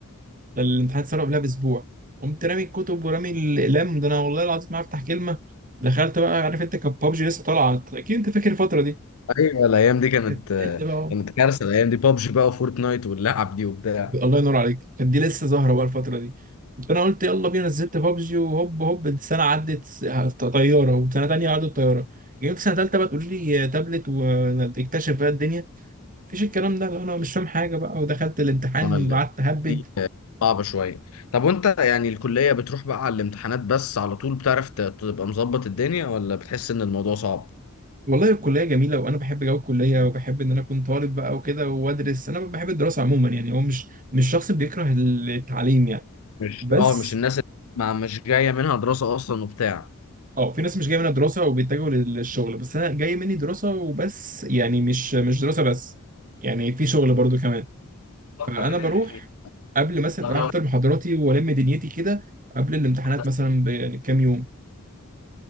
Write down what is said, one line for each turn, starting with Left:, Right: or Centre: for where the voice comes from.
Right: ده الامتحان اتسرب قبلها باسبوع قمت رامي الكتب ورامي الاقلام ده انا والله العظيم ما هفتح كلمه دخلت بقى عارف انت كان بابجي لسه طالعه اكيد انت فاكر الفتره دي
Left: ايوه الايام دي كانت
Right: كانت ترند بقى
Left: كانت كارثه الايام دي بابجي بقى وفورتنايت واللعب دي وبتاع
Right: الله ينور عليك كانت دي لسه ظاهره بقى الفتره دي فانا قلت يلا بينا نزلت بابجي وهوب هوب السنه عدت س- طياره وسنه تانية عدت طياره جيت سنه تالتة بقى تقول لي تابلت وتكتشف بقى الدنيا مفيش الكلام ده انا مش فاهم حاجه بقى ودخلت الامتحان
Left: انا ال-
Right: قعدت اهبد
Left: دي صعبه شويه طب وانت يعني الكليه بتروح بقى على الامتحانات بس على طول بتعرف ت- تبقى مظبط الدنيا ولا بتحس ان الموضوع صعب
Right: والله الكليه جميله وانا بحب جو الكليه وبحب ان انا اكون طالب بقى وكده وادرس انا بحب الدراسه عموما يعني هو مش مش شخص بيكره التعليم يعني
Left: مش
Right: بس
Left: اه مش الناس اللي ما مش جايه منها دراسه اصلا وبتاع
Right: اه في ناس مش جايه منها دراسه وبيتجهوا لل- للشغل بس انا جاي مني دراسه وبس يعني مش مش دراسه بس يعني في شغل برضو كمان
Left: فاصلة
Right: فانا
Left: بين
Right: بروح
Left: الاثنين
Right: قبل مثلا
Left: طب
Right: أروح
Left: لو
Right: احضر محاضراتي والم دنيتي كده قبل الامتحانات
Left: بس
Right: مثلا بكام يوم